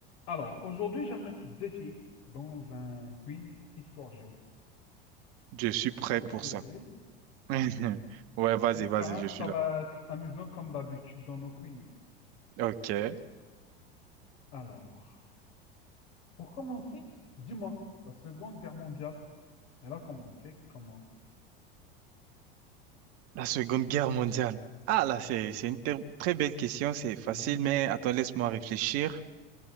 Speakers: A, on the left; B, on the right.
A: Alors, aujourd'hui, j'aimerais te défier dans un quiz Histoire Géo.
B: Je suis prêt
A: Ça
B: pour
A: te
B: ça.
A: dit?
B: <laughs> Ouais, vas-y,
A: Espérant
B: vas-y, je
A: que
B: suis
A: ça
B: là.
A: va être amusant comme d'habitude dans nos quiz.
B: Ok.
A: Alors, pour commencer, dis-moi, la Seconde Guerre mondiale, elle a commencé comment?
B: La Seconde Guerre mondiale. Ah, là, c'est, c'est une ter- très belle question, c'est facile,
A: Mhm.
B: mais attends, laisse-moi réfléchir.